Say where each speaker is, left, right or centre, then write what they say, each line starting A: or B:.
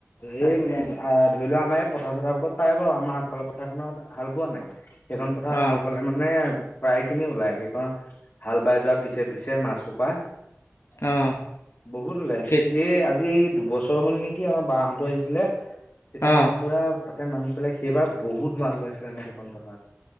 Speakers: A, on the left; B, on the left.
A: তাকে
B: এই আ ধৰি লোৱা আমাৰ এই পথাৰ চথাৰবোৰত পায় বাৰু, আমাৰ আগফালৰ পথাৰখনত হাল বোৱা নাই? সেইখন পথাৰত
A: অঁ
B: হাল বালে। মানে প্ৰায়খিনি ওলাই, সেইখন হাল বাই যোৱা পিছে পিছে মাছসোপা।
A: অঁ
B: বহুত ওলাই,
A: কে
B: এই আজি এই দুবছৰ হ'ল নেকি আমাৰ বাহতো আহিছিলে তেতিয়া
A: অঁ
B: একদম পুৰা তাতে নামি পেলাই সেইবাৰ বহুত মাছ ওলাইছিলে আমাৰ সেইখন পথাৰত।